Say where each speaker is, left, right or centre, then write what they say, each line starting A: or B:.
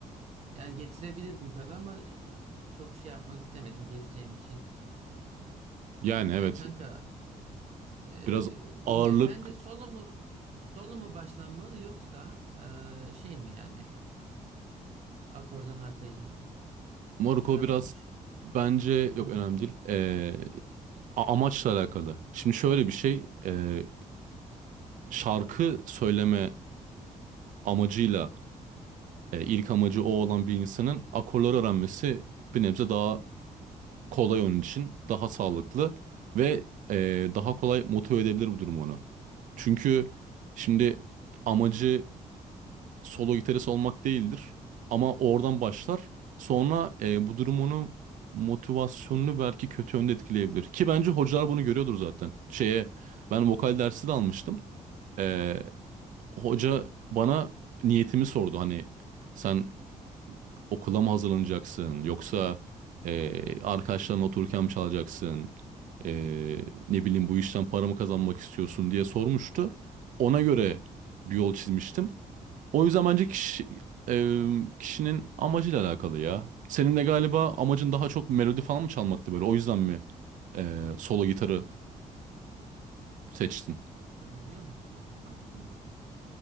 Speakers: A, on the right (about 55°); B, on the right (about 70°).
A: yani getirebilirdim tabii ama e, çok şey yapmak istemedim gezeceğim için.
B: Yani
A: Yani
B: evet
A: kanka e,
B: biraz ağırlık
A: bilmiyorum. Sence solo mu solo mu başlanmalı yoksa e, şey mi yani akordan arpejden mi?
B: Morocco
A: Kusura
B: biraz
A: bakmışım.
B: bence yok
A: Hı hı.
B: önemli değil. E, a- amaçla alakalı. Şimdi şöyle bir şey e, şarkı söyleme amacıyla e, ilk amacı o olan bir insanın akorları öğrenmesi bir nebze daha kolay onun için, daha sağlıklı ve e, daha kolay motive edebilir bu durum onu. Çünkü şimdi amacı solo gitarist olmak değildir ama oradan başlar. Sonra e, bu durum onun motivasyonunu belki kötü yönde etkileyebilir. Ki bence hocalar bunu görüyordur zaten. Şeye ben vokal dersi de almıştım. E, hoca bana niyetimi sordu hani sen okula mı hazırlanacaksın yoksa eee arkadaşlarınla otururken mi çalacaksın Eee, ne bileyim bu işten para mı kazanmak istiyorsun diye sormuştu. Ona göre bir yol çizmiştim. O yüzden bence kişi, eee, kişinin amacıyla alakalı ya. Senin de galiba amacın daha çok melodi falan mı çalmaktı böyle o yüzden mi eee, solo gitarı
A: Ben
B: seçtin?
A: ben nasıl başladım biliyor musun aslında?